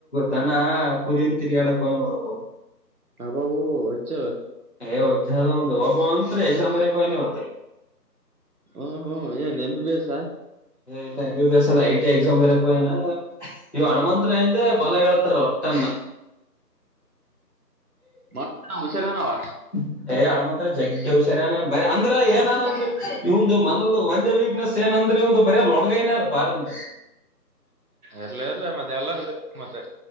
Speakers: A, on the left (about 40°); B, on the right (about 60°).
A: ದನ ಕುರಿಇಂದ್ ತಿರಿಗಾಡಕ ಹೋಗ್ಯಾನ್ ನೋಡ್ ಒಬ್ಬವ್.
B: ಹಬ್ಬಬ ವಜ್ಜಿ ಆದ್.
A: ಹೇ ವಜ್ಜಿ ಆದ್ ಅವನ್ದ ಒಬ್ಬವ್ ಅಂತ್ರ ಎಕ್ಸಾಮ್ ಎಸಾಮ ಬರೆಕ ಹೋಗ್ಯಾನ್ ಇವತ್ತ.
B: ಹ್ಮ್ ಹ್ಮ ಏನ್ ಎಮ್ ಬಿ ಬಿಎಸ್.
A: ಇಲ್ಲ ಎ ಬಿ ಬಿ ಎಸ್ ಎಲ್ಲ ಐ ಟಿ ಎಕ್ಸಾಮ್ ಬರಕು ಏನ ಇವ ಹಣಮಂಂತರಂದೆ ಬಲ ಹೇಳ್ತಾರ ಒಟ್ಟನ್ನ
B: ಮ ಹಷರನವಾ
A: ಹ್ಮ ಏ ಹಣಮಂತ್ರ ಜಗ್ಗ ಹುಷರನ ಬ ಅಂದ್ರೆ ಏನಾದಂದ್ರ ಇಂದು ಮ ಒಂದೇ ವೀಕ್ನೆಸ್ ಏನಂದ್ರ ಅಂದ್ರೆ ಒಂದು ಬರ ಲೊಡ್ಗೈನ ಅದು ಬಾರ ಅಂದ
B: ಇರ್ಲಿ ಇರ್ಲಿಮತ್ತೆ ಎಲ್ಲಾರ ಮತ್ತೆ